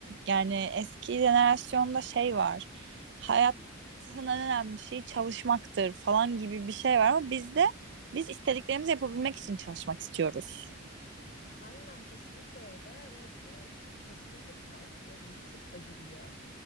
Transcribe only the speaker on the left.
Aynen kesinlikle öyle ve bu çok keskin bir fark ve bizi çok ayırıyor.